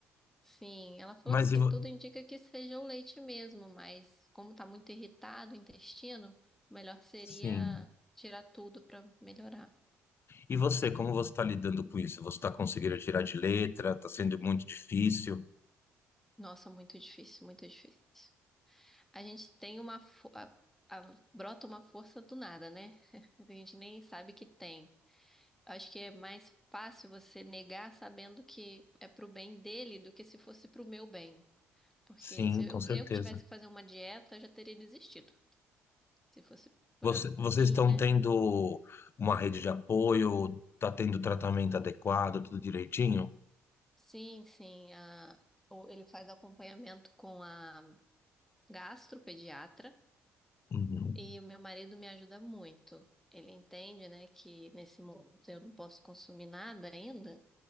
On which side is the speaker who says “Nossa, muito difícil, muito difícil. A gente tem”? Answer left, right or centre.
Centre